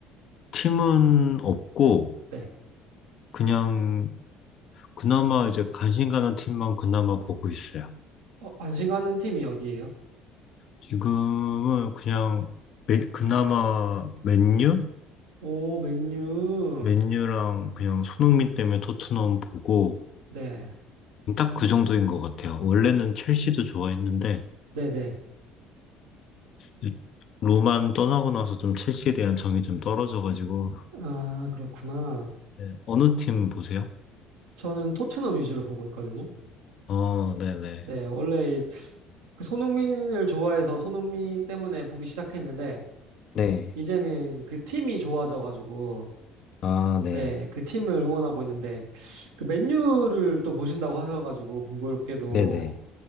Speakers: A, on the left; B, on the right.
A: 팀은 없고,
B: 네.
A: 그냥, 그나마 이제 관심 가는 팀만 그나마 보고 있어요.
B: 어, 관심 가는 팀이 어디예요?
A: 지금은 그냥, 메- 그나마 맨유?
B: 오, 맨유.
A: 맨유랑 그냥 손흥민 때문에 토트넘 보고,
B: 네.
A: 딱 그 정도인 것 같아요. 원래는 첼시도 좋아했는데
B: 네네.
A: 이 로만 떠나고 나서 좀 첼시에 대한 정이 좀 떨어져가지고
B: 아, 그렇구나.
A: 네, 어느 팀 보세요?
B: 저는 토트넘 위주로 보고 있거든요.
A: 어, 네네.
B: 네, 원래 그 손흥민을 좋아해서 손흥민 때문에 보기 시작했는데,
A: 네.
B: 이제는 그 팀이 좋아져가지고,
A: 아, 네.
B: 네, 그 팀을 응원하고 있는데, 그 맨유를 또 보신다고 하셔가지고, 공교롭게도,
A: 네네.